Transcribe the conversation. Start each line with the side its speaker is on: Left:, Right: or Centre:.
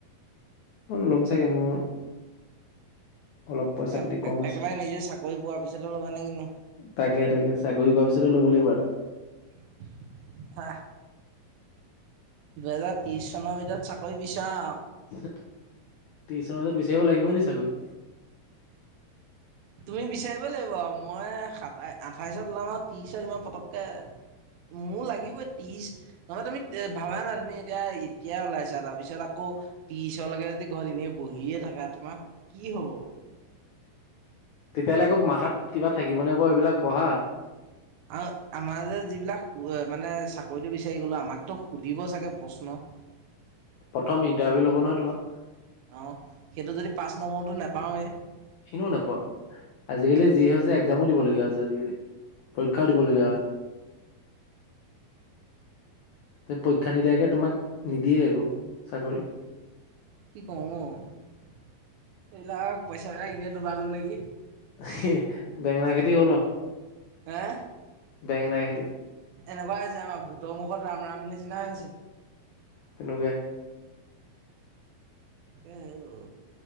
Left: মই ল'ম চাগে মোৰ। অলপ পইচা
Right: এ,
Left: পাতি কম আছে
Right: একেবাৰে নিজে চাকৰি পোৱাৰ পিছত ল'বানে কিনো?
Left: তাকে-তাকে, চাকৰি কৰাৰ পিছতে ল'ব লাগিব এটা।
Right: <unintelligible> দুহেজাৰ ত্ৰিছ চনৰ ভিতৰত চাকৰি বিচাৰা আও?
Left: ট্ৰিছ চনতে বিচাৰিব লাগিব নেকি চাকৰি?
Right: তুমি বিচাৰিব লাগিব। মই, সাতাই-আঠাইশত ওলাম আৰু ত্ৰিছ। পিছত ইমান পটককে, মোৰো লাগিবই ত্ৰিছ। নহয় তুমি, ভাবা না? তুমি এতিয়া, এতিয়া ওলাইছা, তাৰপিছত আকৌ ত্ৰিছলৈকে যদি, ঘৰত এনেই বহিয়ে থাকা, তোমাৰ কি হ'ব?
Left: তেতিয়ালৈ আকৌ, মাথাত কিবা থাকিবনে বাৰু এইবিলাক পঢ়া!
Right: আৰু আমাৰ যে যিবিলাক, মানে, চাকৰিটো বিচাৰি গ'লো, আমাকতো সুধিব চাগে, প্ৰশ্ন।
Left: প্ৰথম ইণ্টাৰভিউ ল'ব নহয়, তোমাৰ।
Right: অ'! সেইটো যদি, পাঁচ নকৰোটো নোপাওঁৱেই।
Left: চিনিও নেপোৱা। আজিকালি যি হৈছে, একজামো দিবলগীয়া হৈছে আজিকালি। পৰীক্ষাও দিবলগীয়া হয়। পৰীক্ষা নিদিয়াকে তোমাক, নিদিয়ে আৰু চাকৰি।
Right: কি কৰোঁ ঔ! এইবিলাক, পইচাবিলাক এনেই ডুবালো নেকি।
Left: হে! বেঙেনা খেতি হ'ল আৰু।
Right: হে?
Left: বেঙেনা খেতি।
Right: এনেকুৱাই হৈছে অ ভুটৰ মুখত ৰাম ৰাম নিচিনা হৈছে
Left: তেনেকুৱাই
Right: এ উ